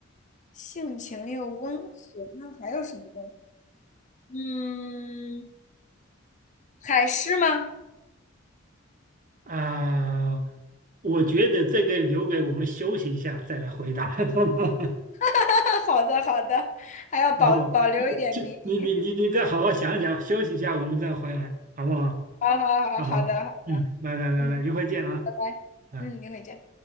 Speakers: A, on the left; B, on the right.
A: 性情又温和，那还有什么动物？嗯，海狮吗？
B: 啊、我觉得这个留给我们休息一下再来回答。<laughs>
A: <laughs> 好的，好的，还要保保留一点谜底。
B: 哦，就就你你你你再好好想想，
A: <laughs>
B: 休息一下，我们再回来，好不好？
A: 好好好，
B: 好好，
A: 好的，好，
B: 嗯，拜拜拜拜，
A: 嗯，
B: 一会儿见啊，
A: 拜拜，
B: 拜。
A: 嗯，你回见。